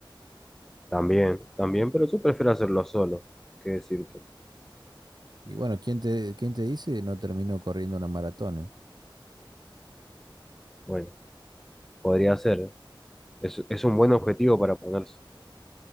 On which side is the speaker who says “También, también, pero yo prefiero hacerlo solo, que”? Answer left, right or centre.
Centre